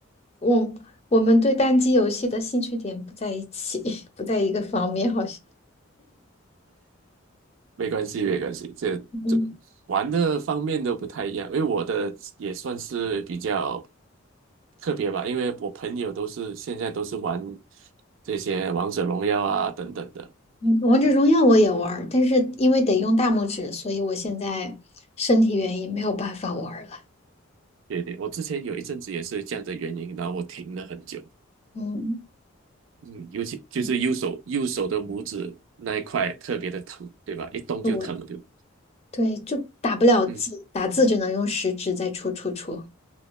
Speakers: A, on the left (about 30°); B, on the right (about 70°).
A: 我我们对单机游戏的兴趣点不在一起，<laughs> 不在一个方面，好像。
B: 没关系，没关系，这这玩的方面都不太一样，
A: <laughs> 嗯
B: 因为我的也算是比较特别吧，因为我朋友都是现在都是玩这些王者荣耀啊等等的。
A: 嗯，王者荣耀我也玩儿但是因为得用大拇指，所以我现在身体原因没有办法玩儿了。
B: 对对，我之前有一阵子也是这样的原因，然后我停了很久。
A: 嗯，
B: 嗯，尤其就是右手右手的拇指那一块特别的疼，
A: 嗯
B: 对吧？一动就疼，
A: 对
B: 对。
A: 对，就打不了字，
B: 嗯，
A: 打字只能用食指在戳戳戳，